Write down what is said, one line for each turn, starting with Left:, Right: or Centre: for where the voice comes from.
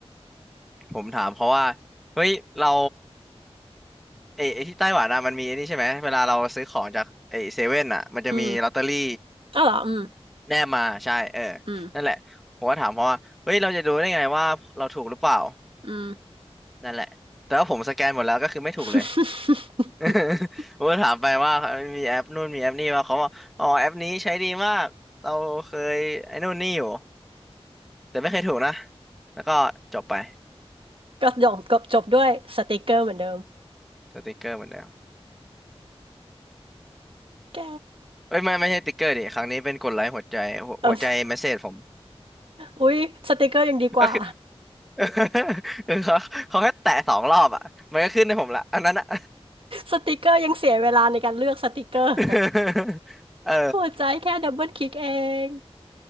Centre: ผมถามเขาว่าเฮ้ยเรา เอไอที่ไต้หวันอ่ะมันมีไอ้นี่ใช่ไหมเวลาเราซื้อของจากไอเซเว่นอ่ะมันจะมีลอตเตอรี่
Right: อืมอ๋อเหรออืม
Centre: แนบมาใช่เออ
Right: อืม
Centre: นั่นแหละผมก็ถามเพราะว่าเฮ้ยเราจะดูได้ไงว่าเราถูกหรือเปล่า
Right: อืม
Centre: นั่นแหละแต่ว่าผมสแกนหมดแล้วก็คือไม่ถูกเลย
Right: <laughs>
Centre: <laughs> ผมก็ถามไปว่ามีแอปนู่นมีแอปนี่ว่าเขาบอกอ๋อแอปนี้ใช้ดีมากเราเคยไอ้นู่นนี่อยู่แต่ไม่เคยถูกนะแล้วก็จบไป
Right: ก็จบก็จบด้วยสติกเกอร์เหมือนเดิม
Centre: สติกเกอร์เหมือนเดิม
Right: แก
Centre: เอ้ยไม่ไม่ใช่สติกเกอร์ดิครั้งนี้เป็นกดไลค์หัวใจหัวหัวใจเมสเซจผม
Right: เอออุ๊ยสติกเกอร์ยังดีกว่า
Centre: ก็คือ <laughs> เขา <laughs> เขาแค่แตะสองรอบอ่ะมันก็ขึ้นให้ผมละอันนั้นอ่ะ
Right: สติกเกอร์ยังเสียเวลาในการเลือกสติกเกอร์
Centre: <laughs> เออ
Right: หัวใจแค่ดับเบิลคลิกเอง